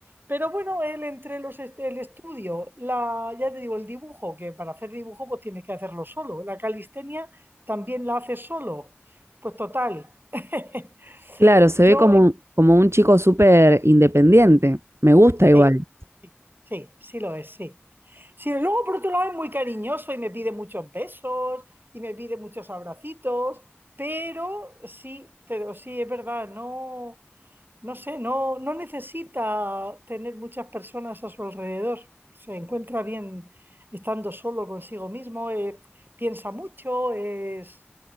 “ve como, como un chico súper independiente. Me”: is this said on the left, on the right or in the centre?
Right